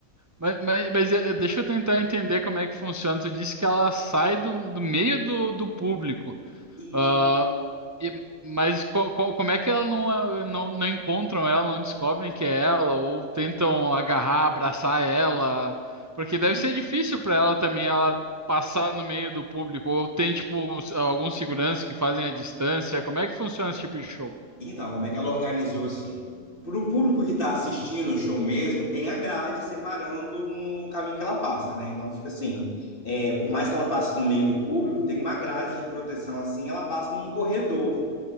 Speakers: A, on the right (about 30°); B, on the left (about 40°).
A: mas, mas- mas, eh, deixa eu tentar entender como é que funciona. Tu disse que ela sai do, do meio do, do público.
B: E,
A: Ah, e- mas co- co- como é que ela não, não, não encontram ela, não descobrem que é ela, ou tentam agarrar, abraçar ela? Porque
B: e
A: deve ser difícil para ela também ela passar no meio do público, ou tem tipo os- alguns seguranças que fazem a distância. Como é que funciona esse tipo de show?
B: Então, como é que ela organizou assim? Para o público que está assistindo o show mesmo, tem a grade separando no caminho que ela passa, né? Então fica assim,
A: Ah,
B: é, por mais que ela passe no meio do público, tem uma grade de proteção assim, ela passa num corredor.